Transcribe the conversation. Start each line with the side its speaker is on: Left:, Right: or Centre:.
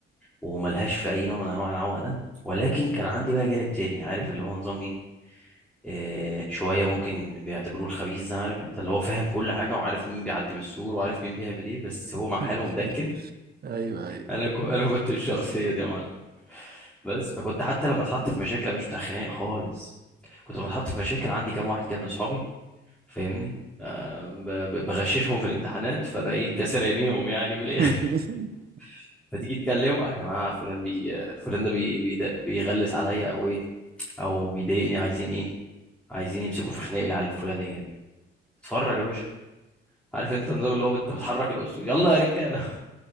Centre: وملهاش في أي نوع من أنواع العوق ده ولكن كان عندي بقى جانب تاني عارف اللي هو نظام إيه آه شوية ممكن بيعتبروه الخبيث ده عارف أنت اللي هو فاهم كل حاجة وعارف مين بيعدي من السور وعارف مين بيعمل إيه بس هو مع حاله
Right: <laughs>
Centre: مدكن
Right: ايوه ايوه
Centre: أنا كو... أنا كنت الشخصية دي يا معلم بس فكنت حتى لما اتحط في مشاكل أنا مش بتاع خناق خالص كنت لما اتحط في مشاكل عندي كام واحد كده من اصحابي فاهمني ب- ب- بغششهم في الامتحانات فانا ايه
Right: مم.
Centre: كاسر عينيهم يعني من الاخر
Right: <laughs>
Centre: <laughs> فتيجي تكلمه يا جماعه فلان بي فلان ده بي بي بيغلس عليا او ايه او بيضايقني عايزين ايه عايزين يمسكوا في خناق العيال الفلانيه دي اتفرج يا باشا عارف انت النظام اللي هو انت بتحرك الاسود يلا يا رجاله